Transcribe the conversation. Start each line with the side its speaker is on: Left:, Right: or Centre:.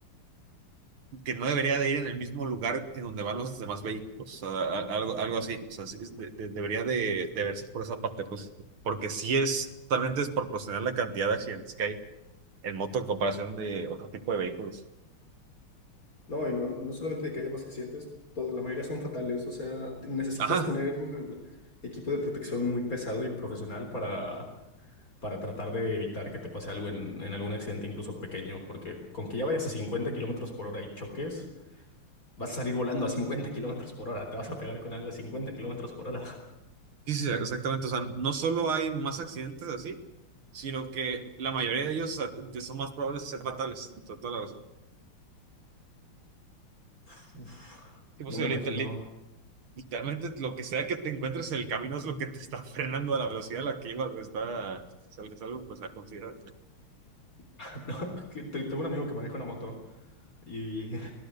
Right: que no debería de ir en el mismo lugar en donde van los demás vehículos, o sea, a- algo, algo así, o sea, sí es de- de- debería de, de verse por esa parte, pues, porque sí es totalmente desproporcional la cantidad de accidentes que hay en moto en comparación de otro tipo de vehículos.
Left: No, y no, no solamente de que haya más accidentes, todo- la mayoría son fatales. O sea, te- necesitas
Right: Ajá,
Left: tener equipo de protección muy pesado y profesional para, para tratar de evitar que te pase algo en, en algún accidente, incluso pequeño, porque con que ya vayas a 50 kilómetros por hora y choques, vas a salir volando a 50 kilómetros por hora. Te vas a pegar con algo a cincuenta kilómetros por hora.
Right: Sí, sí, exactamente. O sea, no solo hay más accidentes así, sino que la mayoría de ellos a- de- son más probables de ser fatales. To- Toda la razón.
Left: <laughs> Uf,
Right: Sí, pues,
Left: no
Right: sí,
Left: me
Right: lit-
Left: imagino.
Right: lit- literalmente lo que sea que te encuentres en el camino es lo que te está <laughs> frenando a la velocidad a la que ibas. pues, Está, es algo es algo, pues, a considerar.
Left: <laughs> No, que te- tengo un amigo que maneja una moto y